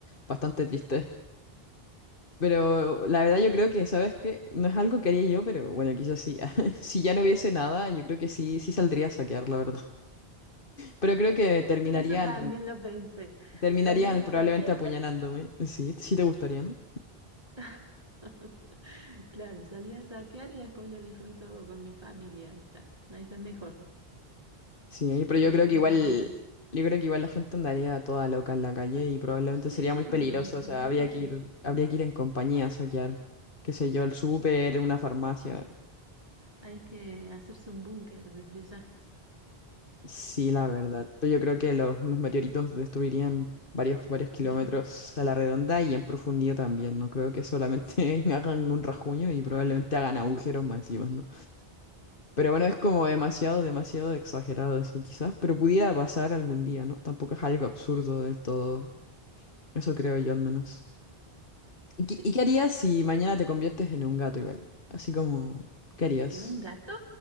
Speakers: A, on the left; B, on the right.
A: Bastante triste. Pero la verdad yo creo que, ¿sabes qué? No es algo que haría yo, pero bueno, quizás sí. <laughs> Si ya no hubiese nada, yo creo que sí, sí saldría a saquear, la verdad. Pero creo que
B: <laughs>
A: terminarían,
B: Eso también lo pensé.
A: terminarían
B: Salís a
A: probablemente
B: saquear
A: apuñalándome. Sí, sí te gustaría, ¿no?
B: <laughs> Claro, salí a saquear y después lo disfruto con mi familia. Ahí está, ahí está mejor.
A: Sí, pero
B: en
A: yo
B: Las
A: creo
B: últimas
A: que igual,
B: horas.
A: yo creo que igual la gente andaría toda loca en la calle y probablemente
B: Sí,
A: sería muy peligroso,
B: olvídate.
A: o sea, habría que ir, habría que ir en compañía a soquear, qué sé yo, el súper, una farmacia.
B: Hay que hacerse un búnker desde ya.
A: Sí, la verdad. Pero yo creo que los, los meteoritos destruirían varios, varios kilómetros
B: <laughs>
A: a la redonda y en profundidad también. No creo que solamente <laughs> hagan un rajuño y probablemente hagan agujeros masivos, ¿no? Pero bueno, es como demasiado, demasiado exagerado eso quizás, pero pudiera pasar algún día, ¿no? Tampoco es algo absurdo del todo. Eso creo yo al menos. ¿Y, qué
B: Sí,
A: y qué harías si mañana te conviertes en un gato igual? Así como, ¿qué harías?
B: en un gato.